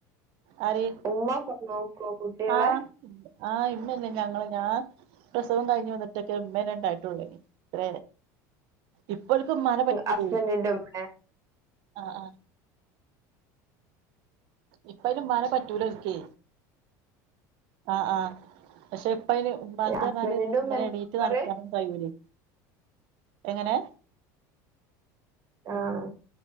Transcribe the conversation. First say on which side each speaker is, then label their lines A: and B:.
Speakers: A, on the right; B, on the right.
A: അര്
B: ഉമ്മ ഒക്കെ നോക്കുവോ കുട്ടികളെ
A: ആഹ ആഹ ഇമ്മന്നെ ഞങ്ങള് ഞാ പ്രസവം കഴിഞ്ഞു വന്നിട്ടൊക്കെ ഇമ്മന്നെ ഉണ്ടായിട്ടുള്ളൂ ഏനി ഇത്ര ഇപ്പൊ ഓല്ക്ക് ഇമ്മാനെ പറ്റൂലെ
B: ഹസ്ബൻഡിന്റെ ഉമ്മ
A: ആ ആ ഇപ്പ ഐന് ഇമ്മാനെ പറ്റൂല ഓൽക്കെ ആഹ ആഹ പക്ഷെ ഇപ്പയ്ൻ ഉമ്മാക്ക്
B: ഹസ്ബൻഡിന്റെ
A: പറഞ്ഞാല്
B: ഉമ്മ ഹസ്ബൻഡിന്റെ
A: ഇങ്ങനെ
B: ഉമ്മ നോക്കാറ്
A: എണീറ്റ് നടക്കാനന്ന് കഴിയുലെ എങ്ങനെ
B: ആഹ